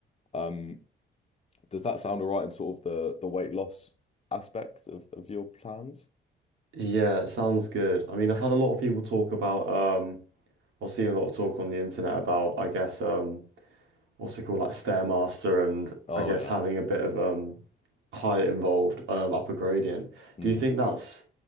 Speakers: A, on the left (about 30°); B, on the right (about 75°).
A: Um, does that sound all right in sort of the the weight loss aspect of, of your plans?
B: Yeah, it sounds good. I mean, I've had a lot of people talk about. Um, I've seen a lot of talk on the internet about, I guess, um, what's it called, like Stairmaster, and
A: Oh
B: I guess
A: yeah.
B: having a bit of um, height involved, um, upper gradient.
A: Mm.
B: Do you think that's